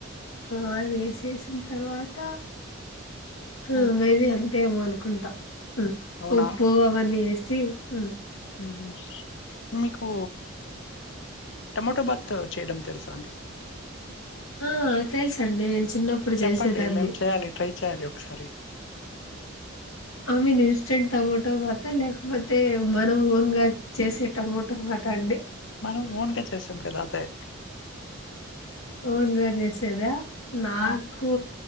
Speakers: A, on the left; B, on the left.
A: ఆ వేసేసిన్ తర్వాత ఆహ్
B: ఉమ్
A: మేబి అం అంతేమో అనుకుంటా. ఉమ్
B: అవునా
A: ఉప్పు అవన్నీ ఎస్ టీస్కుం
B: ఉమ్ ఆహ్ మీకు టమాటో బాత్ చేయడం తెలుసా అండి.
A: ఆహ్ తెలుసండి నేను చిన్నప్పుడు
B: చెప్పండి
A: చేసేదాన్ని..
B: మేం చేయాలి ట్రై చేయాలి ఒకసారి
A: ఐ మీన్ ఇన్స్టెంట్ టమోటో బాతా లేకపోతే మనం ఓన్గా చేసే టమోటో బాత్ ఆ అండి.
B: మనం ఓన్ గా చేసాం కదా అదే.
A: ఓన్గా చేసేదా. నాకు
B: ఆ